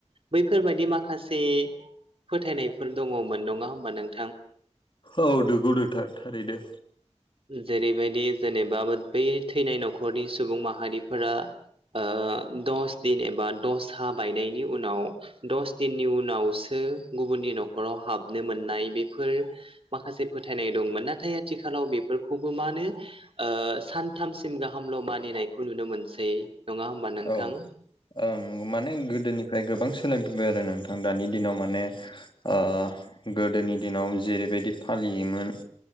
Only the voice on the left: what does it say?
औ नंगौ नोंथां थारैनो।
औ ओं माने गोदोनिफ्राय गोबां सोलायबोबाय आरो नोंथां दानि दिनाव माने ओ गोदोनि दिनाव जेरैबायदि फालियोमोन